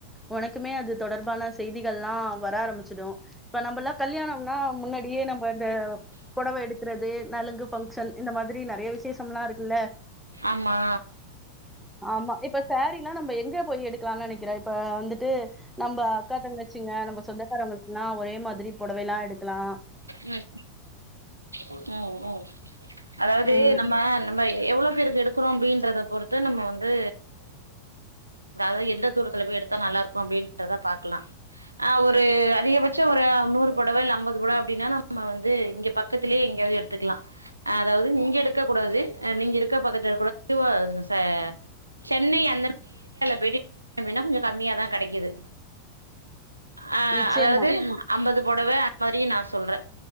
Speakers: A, in the centre; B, on the right (about 85°).
A: ஒனக்குமே அது தொடர்பான செய்திகள்லா வர ஆரம்பிச்சிடு இப்ப நம்பல்லா கல்யாணம் ன்னா முன்னாடியே நம்ப இந்த பொடவ எடுக்குறது நலங்கு பங்ஷன் இந்த மாதிரி நெறைய வி சேசம்லா இருக்குல்ல
B: ஆமா
A: ஆமா இப்ப சேரின்னா நம்ப எங்க போய் எடுக்கலான் நெனக்கிற இப்ப வந்து ட்டு நம்ப அக்கா தங்கச்சிங்க நம்ப சொந்தக்காரவ்ங்கள் னா ஒரே மாதிரி பொடவைலா எடுக்கலா
B: ம் ம் ம் அதாவ்து
A: ம்
B: நம்ம நம்ம எவ்ளொ பேர்க்கு எடுக்குறோ அப்டின்றத பொறுத்து நம்ம வந்து அதா எந்த தூரத்துல போய் எடுத்தா நல்லாருக்கு அப்டின்றத பாக்கலா ஆ ஒரு அதிகபட்ச ஒரு நூறு பொடவ இல்ல அம்பது பொட அப்டின்னா நம்ம வந்து இங்க பக்கத்துலே எங்யாது எடுத்துக்லா அ அதாவ்து இங்க எடுக்க கூடாது அ நீங்க இருக்க பக்கத்துல கூட <inaudible> ச சென்னை அந்த மாரி ஏரியால போயிட்டு <inaudible> கொஞ்ச கம்மியாதா கெடைக்கிது ஆ
A: நிச்சயமா.
B: அதாவது அம்பது பொடவ <inaudible> மாரி நா சொல்ற